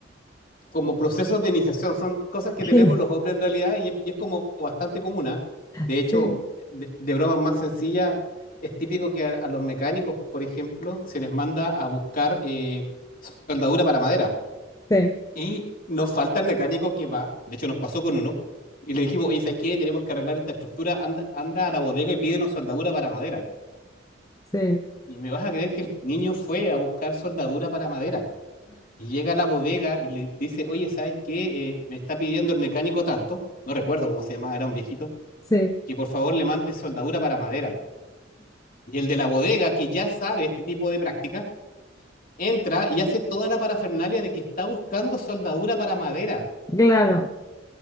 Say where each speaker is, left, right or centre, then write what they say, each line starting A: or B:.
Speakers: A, on the left; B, on the left.
A: como procesos de iniciación. Son cosas que
B: <laughs>
A: tenemos los hombres en realidad y es, y es como bastante común. ¿ah? De
B: Sí,
A: hecho, de, de, bromas más sencillas, es típico que a, a, los mecánicos, por ejemplo, se les manda a buscar eh, soldadura para madera.
B: sí,
A: Y nos falta el mecánico que va, de hecho nos pasó con uno, y le dijimos, oye, ¿sabes qué? Tenemos que arreglar esta estructura, anda, anda a la bodega y pídenos soldadura para madera.
B: sí.
A: Y me vas a creer que el niño fue a buscar soldadura para madera. Y llega a la bodega y le dice, oye, ¿sabes qué? Eh, me está pidiendo el mecánico tanto, no recuerdo cómo se llamaba, era un viejito,
B: Sí,
A: que por favor le mande soldadura para madera. Y el de la bodega, que ya sabe este tipo de práctica, entra y hace toda la parafernalia de que está buscando soldadura para madera.
B: claro,